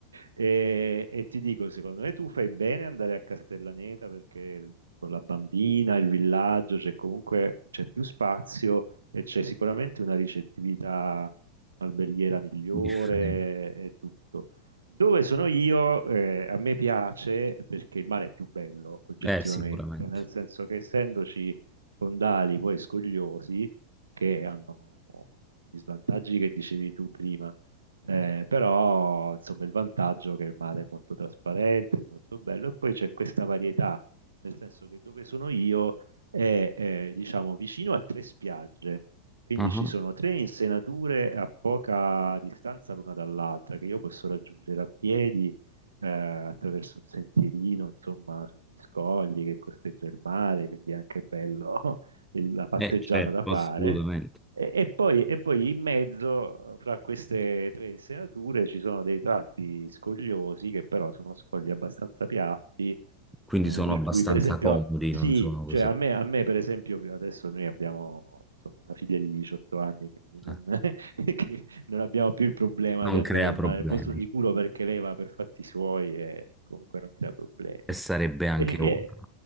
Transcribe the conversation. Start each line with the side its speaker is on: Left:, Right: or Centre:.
Right: e, e ti dico, secondo me tu fai bene ad andare a Castellaneta perché con la bambina, il villaggio, c'è comunque c'è più spazio e c'è sicuramente una ricettività alberghiera migliore
Centre: differente.
Right: e tutto. Dove sono io, eh, a me piace perché il mare è più bello oggettivamente,
Centre: Eh, sicuramente.
Right: nel senso che essendoci fondali poi scogliosi che hanno gli svantaggi che dicevi tu prima, eh, però insomma il vantaggio è che il mare è molto trasparente, è molto bello e poi c'è questa varietà, nel senso che dove sono io è eh, diciamo vicino a tre spiagge. Quindi
Centre: Ah,
Right: ci
Centre: ah.
Right: sono tre insenature a poca distanza l'una dall'altra che io posso raggiungere a piedi eh, attraverso un sentierino, insomma, sugli scogli che costeggia il mare, quindi è anche bello <laughs> il- la passeggiata
Centre: Eh, certo,
Right: da fare.
Centre: assolutamente.
Right: E, e poi, e poi in mezzo, eh, fra queste tre insenature, ci sono dei tratti scogliosi che però sono scogli abbastanza piatti
Centre: Quindi
Right: Mm,
Centre: sono
Right: per
Centre: abbastanza
Right: cui, per esempio,
Centre: comodi,
Right: sì,
Centre: non sono così.
Right: cioè a me, a me, per esempio, adesso noi abbiamo insomma, una figlia di 18 anni, quindi non,
Centre: Eh,
Right: <laughs> che non abbiamo più il problema
Centre: Non
Right: di andare
Centre: crea
Right: al
Centre: problemi.
Right: mare, al posto sicuro perché lei va per fatti suoi e comunque non crea problemi.
Centre: E sarebbe anche
Right: E, e-
Centre: ora. Ma